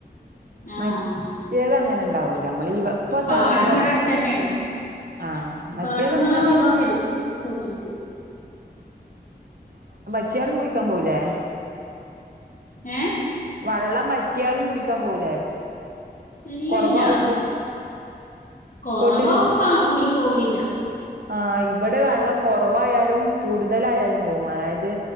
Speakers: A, on the left; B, on the right.
A: ആഹ്
B: മറ്റേത് അങ്ങനെയുണ്ട് ഉണ്ടാവൂലെ നമ്മള് ഈ ഇപ്പത്തതൊന്നും
A: പാടം
B: ഉണ്ടാവില്ല
A: ഇബടെ അടുത്തന്നെയാണേ
B: ആഹ് മറ്റേതങ്ങനെ
A: പാടത്ത്‌ ന്ന്ള്ള വെള്ളം വരും തോട്ടിലെക്ക്
B: <unintelligible> മുടിക്കാൻ പോവൂല്ലേ
A: ഏഹ്
B: വള്ളം പറ്റിയാലും പിടിക്കാൻ പോവുലേ
A: ഇല്ലല്ല
B: കൊറവാകുമ്പോ
A: കൊറവാവുമ്പോ
B: തോട്ടില്
A: ഓല് പോവലില്ല
B: ആ ഇവ ടെ വള്ളം കൊറവായാലും കൂടുതലായാലും പോകും അതായത്